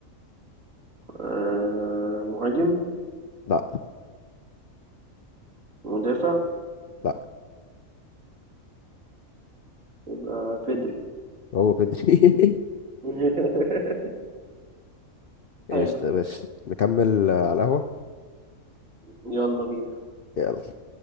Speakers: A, on the right (about 65°); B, on the left (about 55°).
A: آه مهاجم
B: لا
A: مدافع
B: لا
A: يبقى بيدري
B: هو بدري <laughs>
A: <laughs>
B: ايش
A: حلو
B: ده يا باشا نكمل آه، على القهوه
A: يلا بينا
B: يلا